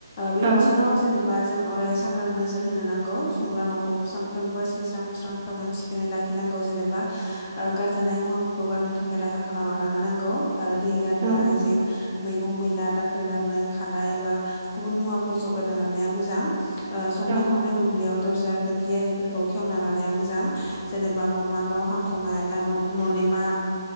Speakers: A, on the left; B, on the right.
A: बे
B: औ
A: बिथिङाव जेनेबा जों अराय सांग्रां नोजोर होनो नांगौ, संग्रा न'खौ सानफ्रोमबो सिबस्रां हस्रां साखोन सिखोनै लाखिनांगौ जेनेबा गारजानाय मुवाफोरखौ गारनो थाखाय राहा खालामना लानो नांगौ। आरो दै गारनो
B: औ
A: आइजें। मैगं मैला दाखोर गारनो खादा एबा गुबुन मुवाफोर जगायना लानाया मोजां। संनाय
B: औ
A: खावनाय बुब्लियाव दरजा खोरखि आरिफोरखौ खेवना लानाया मोजां जेनेबा न'मा न' हांखमाया ननेमा